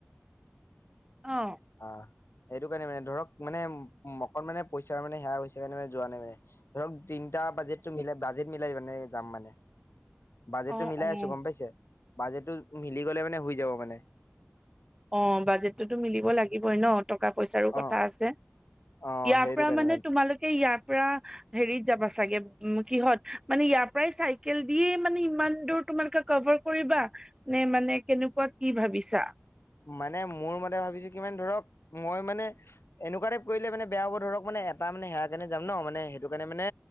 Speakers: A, on the right (about 15°); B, on the left (about 65°).
A: অ
B: অ', সেইটো কাৰণে মানে ধৰক মানে অকণ মানে পইচাৰ মানে সেয়া হৈছে কাৰণে মানে যোৱা নাই মানে। ধৰক তিনিটা বাজেটটো মিলাই বাজেট মিলাই মানে যাম মানে। বাজেটটো
A: অ',
B: মিলাই
A: অ',
B: আছো গম পাইছে বাজেটটো মিলি গলে মানে হৈ যাব মানে।
A: অ, বাজেটতোতো মিলিব লাগিবই ন। টকা পইচাৰোঁ কথা
B: অ
A: আছে,
B: অ
A: ইয়াৰ
B: সেইটো
A: পৰা
B: কাৰণে
A: মানে তোমালোকে ইয়াৰ পৰা হেৰি যাব চাগে কিহত মানে ইয়াৰ পৰাই চাইকেল দিয়ে মানে ইমান দূৰ তোমালোকে কভাৰ কৰিবা। নে মানে কেনেকুৱা কি ভাবিছা?
B: মানে মোৰ মতে ভাবিছো কিমান ধৰক মই মানে এনেকুৱা টাইপ কৰিলে মানে বেয়া হ'ব ধৰক মানে, এটা মানে সেয়া কাৰণে যাম ন মানে সেইটো কাৰে মানে